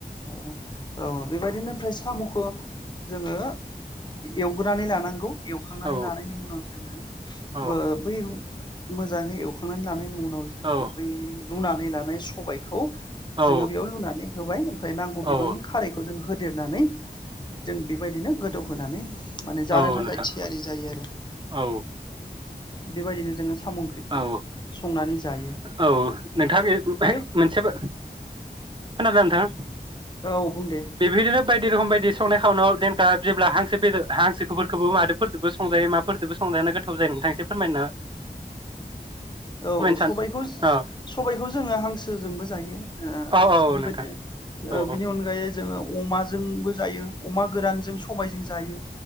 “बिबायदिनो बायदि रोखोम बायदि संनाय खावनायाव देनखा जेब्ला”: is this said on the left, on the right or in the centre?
Right